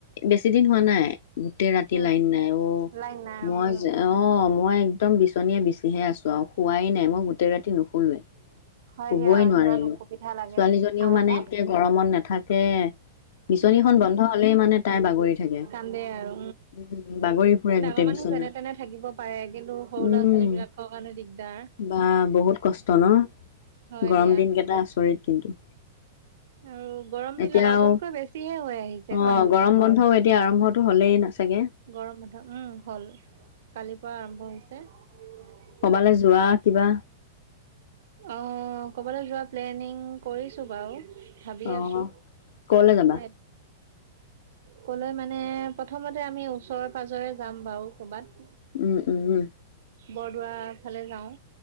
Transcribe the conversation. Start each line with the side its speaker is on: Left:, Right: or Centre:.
Left: বেছি দিন হোৱা নাই গোটেই ৰাতি
Right: উম
Left: লাইন নাই অ
Right: লাইন নাই
Left: মই
Right: উম
Left: যে অ মই একদম বিচনীয়ে বিচিহে আছো আৰু হোৱাই নাই মই গোটেই ৰাতি নুখোলোৱ
Right: হয়
Left: শুবই
Right: দিয়া
Left: নোৱাৰিলো
Right: ইমান অসুবিধা লাগে
Left: ছোৱালীজনীও
Right: গৰমত
Left: মানে একে গৰমত নাথাকে বিচনীখন
Right: উম
Left: বন্ধ হলেই মানে তাই বাগৰি থাকে
Right: কান্দে আৰু
Left: উম বাগৰি ফুৰে
Right: এই ডাঙৰ
Left: গোটেই
Right: মানুহ
Left: বিচনা
Right: যেনে তেনে থাকিব পাৰে কিন্তু সৰু
Left: উম
Right: ল'ৰা ছোৱালী বিলাকৰ কাৰণে দিগদাৰ
Left: বা বহুত কষ্ট ন
Right: হয়
Left: গৰম
Right: দিয়া
Left: দিনকেইটা আচৰিত কিন্তু।
Right: আৰু গৰম
Left: এতিয়াও
Right: বিলাক আগতকৈ বেছিহে হৈ আহিছে
Left: অ
Right: গৰম
Left: বন্ধও এতিয়া আৰম্ভটো হ'লেই না চাগে।
Right: গৰম বন্ধ উম হ'ল কালিৰ পৰা আৰম্ভ হৈছে
Left: কবালৈ যোৱা কিবা
Right: অ ক'বালৈ যোৱা প্লেনিং কৰিছো বাৰু ভাবি
Left: অ
Right: আছো
Left: কলৈ যাবা?
Right: এ কলে মানে প্ৰথমতে আমি ওচৰে পাজৰে যাম বাৰু কৰ'বাত
Left: উম উম উম
Right: বৰদোৱাৰ ফালে যাওঁ